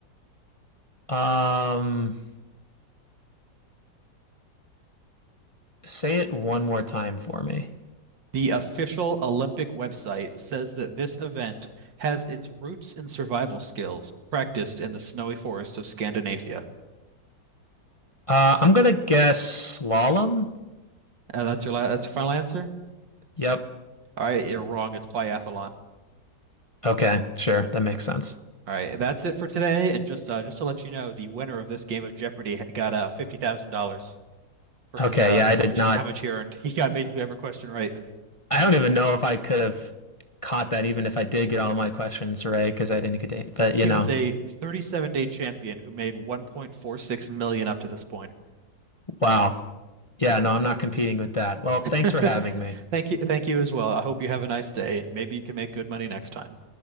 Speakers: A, on the left; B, on the right.
A: Um, say it one more time for me.
B: The official Olympic website says that this event has its roots in survival skills practiced in the snowy forests of Scandinavia.
A: Uh, I'm gonna guess slalom.
B: Uh, that's your la that's your final answer?
A: Yep.
B: All right, you're wrong. It's biathlon.
A: Okay, sure. That makes sense.
B: All right, that's it for today. And just uh, just to let you know, the winner of this game of Jeopardy got uh fifty thousand dollars for
A: Okay,
B: his uh
A: yeah, I
B: how
A: did
B: much
A: not.
B: how much he earned. He got basically every question right.
A: I don't even know if I could have caught that, even if I did get all my questions right, because I didn't get to. But you
B: He
A: know,
B: was a 37 day champion who made 1.46 million up to this point.
A: wow. Yeah, no, I'm not competing with that. Well, thanks
B: <laughs>
A: for having me.
B: Thank you, thank you as well. I hope you have a nice day, and maybe you can make good money next time.